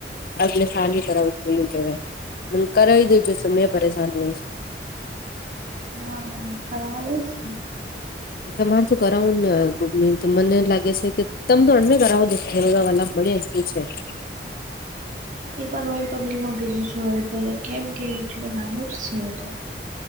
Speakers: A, on the left (about 55°); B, on the right (about 45°).
A: અગ્લે સાલ. <inaudible> <inaudible> <inaudible> <unintelligible> કરાવી દેજો <inaudible> પરેશાન. <inaudible>
B: હ, કરાવીશ.
A: તમારે તો કરાવું ન. <unintelligible> તો મને એમ લાગે છે કે <inaudible> <inaudible> <inaudible> <inaudible> <inaudible> <inaudible>
B: એક વાર રોયલ પબ્લિકમાં ભેજૂ છું <inaudible> કેમ કે એટલુ નાનુજ છે. <inaudible>